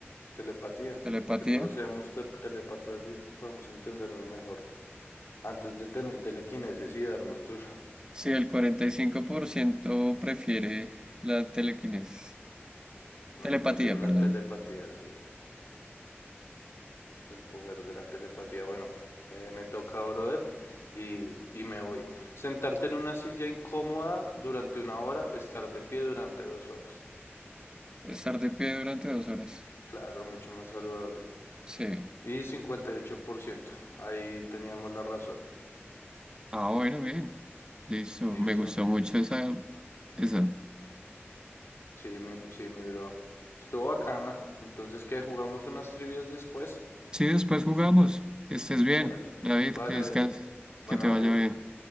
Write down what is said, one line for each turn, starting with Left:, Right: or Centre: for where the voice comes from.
Left: Telepatía.
Right: ¿Telepatía?
Left: Que todos seamos te- telepatas y podamos entendernos mejor. Antes de tener telequinesis y darnos duro.
Right: Sí, el 45% prefiere la telequinesis.
Left: No,
Right: Telepatía,
Left: yo prefiero la
Right: perdón.
Left: telepatía, sí, el poder de la telepatía. Bueno, eh, me toca, brother, y, y me voy. Sentarte en una silla incómoda durante una hora, estar de pie durante dos horas.
Right: Estar de pie durante dos horas.
Left: Claro, mucho más saludable.
Right: Sí.
Left: Y 58% ahí teníamos la razón.
Right: Ah, bueno, bien. Listo.
Left: Listo.
Right: Me gustó mucho esa, esa.
Left: Sí, mi, sí, mi bro. Estuvo bacana. Entonces, ¿qué? ¿Jugamos unas trivias después?
Right: Sí, después jugamos. Que estés bien,
Left: Dale.
Right: David,
Left: Vale.
Right: que descanses.
Left: Bueno,
Right: Que te vaya
Left: mi bro.
Right: bien.